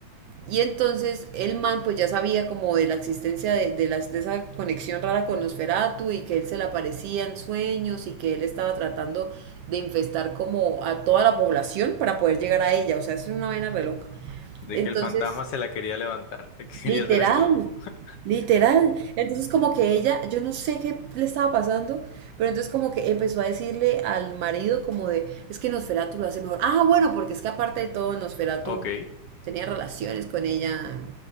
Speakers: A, on the right; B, on the left.
A: Y entonces el man pues ya sabía como de la existencia de, de las- de esa conexión rara con Nosferatu y que él se le aparecía en sueños y que él estaba tratando de infestar como a toda la población para poder llegar a ella. O sea, es una vaina reloj
B: De
A: entonces,
B: que el fantasma se la quería levantar, le <laughs> quería
A: literal,
B: hacer el cabo. <laughs>
A: literal. Entonces como que ella, yo no sé qué le estaba pasando, pero entonces como que empezó a decirle al marido como de, es que Nosferatu lo hace mejor. Ah, bueno, porque es que aparte de todo, Nosferatu
B: Ok.
A: tenía relaciones con ella